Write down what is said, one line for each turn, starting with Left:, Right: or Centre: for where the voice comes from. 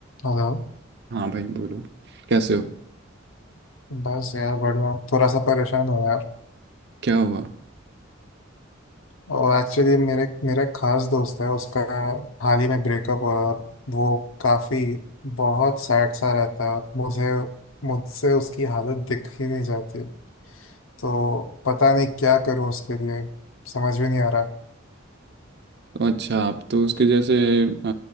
Left: हेलो
Right: हाँ भाई बोलो कैसे हो
Left: बस यार बढ़िया थोड़ा सा परेशान हूँ यार
Right: क्या हुआ
Left: और एक्चुअली मेरे मेरा एक खास दोस्त है उसका हाल ही में ब्रेकअप हुआ और वो काफ़ी बहुत सैड सा रहता है मुझे मुझसे उसकी हालत दिख ही नहीं जाती तो पता नहीं क्या करूँ उसके लिए समझ भी नहीं आ रहा
Right: अच्छा आप तो उसके जैसे अ,